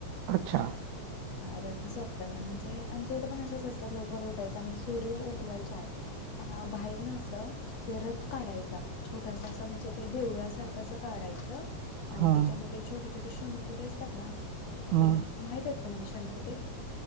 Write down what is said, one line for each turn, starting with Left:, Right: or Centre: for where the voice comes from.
Right: अच्छा
Left: रथ सप्तमी म्हणजे आमच्या इथे पण असंच असतं लवकर रोडायच आणि सूर्य उगवायच्या आत बाहेर ना असं ते रथ काढायचा छोटासा असं म्हणजे ते देवळासारखं अस काढायचं आणि
Right: हम्म
Left: त्याच्यामध्ये छोटे छोटे शोणकुरी असतात ना
Right: हम्म
Left: ते माहित आहेत तुम्हाला शेणकुठे